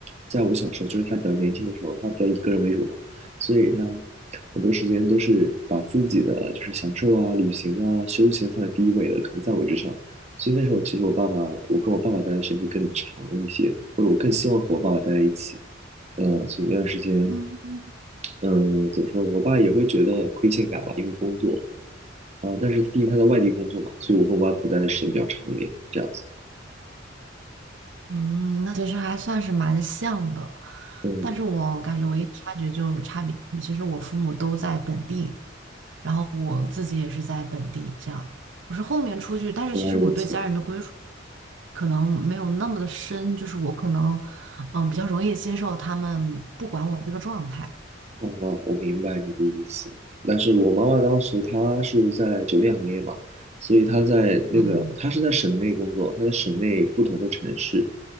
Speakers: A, on the right; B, on the right.
A: 在我小时候，就是她比较年轻的时候，她比较以个人为主嘛，所以她很多时间都是把自己的就是享受啊、旅行啊、休闲放在第一位的，可能在我之上。所以那时候其实我爸爸，我跟我爸爸待的时间会更长一些，或者我更希望和我爸爸待在一起。呃，所以那段时间，
B: 嗯。
A: 嗯、怎么说呢？我爸也会觉得亏欠感吧，因为工作啊、但是毕竟他在外地工作嘛，所以我跟我外婆待的时间比较长一点，这样子。
B: 嗯，那其实还算是蛮像的，
A: 嗯，
B: 但是我感觉唯一的差距就差别，其实我父母都在本地，然后我自己也是在本地，这样我是后面出去，但是其实我对家人的归属
A: 原来如此。
B: 可能没有那么的深，就是我可能嗯比较容易接受他们不管我这个状态，
A: 懂哦，我明白你的意思。但是我妈妈当时她是在酒店行业嘛，所以她在那个她是在省内工作，
B: 嗯
A: 她在省内不同的城市，